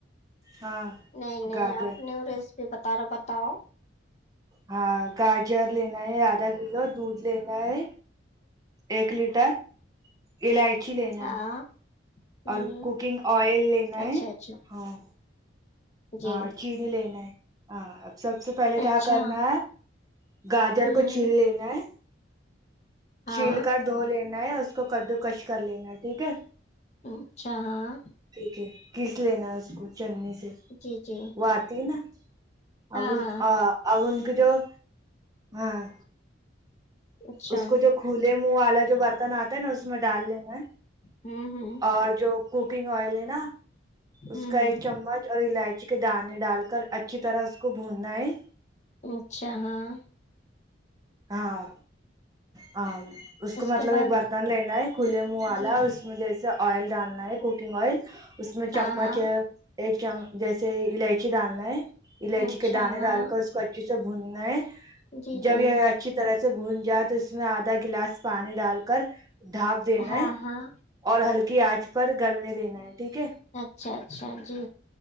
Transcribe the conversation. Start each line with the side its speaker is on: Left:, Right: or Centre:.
Right: ہاں
Left: نہیں نہیں
Right: گاجر
Left: آپ نے وہ ریسیپی بتا رے ہو بتاؤ
Right: ہاں گاجر لینا ہے آدھا کلو دودھ لینا ہے ایک لیٹر الائچی لینا
Left: ہاں
Right: ہے
Left: ہوں
Right: اور
Left: ہوں
Right: کوکنگ آئل لینا
Left: اچھا
Right: ہے
Left: اچھا
Right: ہاں
Left: جی
Right: ہاں چینی لینا ہے ہاں اب سب سے پہلے
Left: اچھا
Right: کیا کرنا ہے گاجر
Left: ہوں
Right: کو چھیل لینا ہے
Left: ہاں
Right: چھیل کر دھو لینا ہے اس کو کدو کش کر لینا ٹھیک ہے
Left: اچھا ہاں
Right: ٹھیک ہے گھس لینا ہے اس کو چننی سے
Left: جی جی
Right: پاتی ہے نا
Left: ہاں
Right: ابھی
Left: ہاں
Right: آ اب ان کی جو ہاں
Left: اچھا
Right: اس کو جو کھولے منہ والا جو برتن آتا ہے نا اس میں ڈال لینا
Left: ہوں ہوں
Right: اور جو کوکنگ آئل ہے نا اس
Left: ہوں
Right: کا ایک چمچ اور الائچی چی کے دانے ڈال کر اچھی طرح اس کو بھوننا ہے
Left: اچھا ہاں
Right: ہاں ہاں اس کو مطلب
Left: کے بعد
Right: ایک برتن لینا ہے کھلے منہ والا
Left: جی جی
Right: اس میں جیسے سے آئل ڈالنا ہے کوکنگ آئل اس میں
Left: ہاں
Right: چمچ
Left: ہاں
Right: ایک چم جیسے الائچی ڈالنا ہے الائچی
Left: اچھا
Right: کے دانے ڈال
Left: ہاں
Right: کر اس کو اچھے سے بھوننا ہے
Left: جی
Right: جب
Left: جی
Right: یے اچھی طرح سے بھون جات تو اس میں آدھا گلاس پانی ڈال کر ڈھاپ دینا
Left: ہاں
Right: ہے
Left: ہاں
Right: اور ہلکی آنچ پر گلنے دینا ہے ٹھیک ہے
Left: اچھا اچھا جی